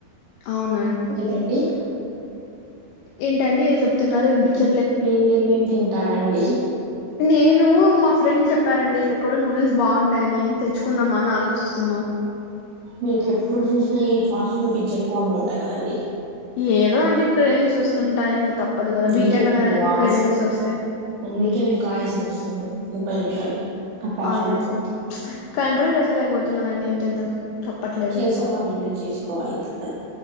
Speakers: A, on the left (about 70°); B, on the right (about 60°).
A: అవునా అండి
B: డి
A: ఏంటండి ఏదో చెప్తున్నారు వినిపించ
B: మీరేం తింటారండి
A: నేను మా ఫ్రెండ్ చెప్పారండి ఇక్కడ కూడా నూడిల్స్ బాగుంటాయని ఏం తెచ్చుకుందాం అని ఆలోచిస్తున్నాం
B: మీకు ఎప్పుడు చూసినా ఈ ఫస్ట్ ఫుడ్ పిచ్చి ఎక్కువ అనుకుంటా కదండి
A: ఏదో అండి క్రేవింగ్స్ వస్తుంటాయి ఇంకా తప్పదు కదా
B: అందుకే
A: వీకెండ్
B: మీకు
A: అండే వాళ్లకి
B: వాయిస్
A: క్రేవింగ్స్ వస్తాయి
B: అందుకే మీకు ఆయసం వస్తుంది ముప్పై నిమిషాలకి ఆ ఫాస్ట్
A: అదేకా
B: ఫుడ్స్
A: కంట్రోల్ చేసుకోలేకపోతున్నానండి ఏం చేద్దాం తప్పట్లేదు
B: చేసుకోవాలండి
A: ఇంకా
B: చేసుకోవాలి తప్పదు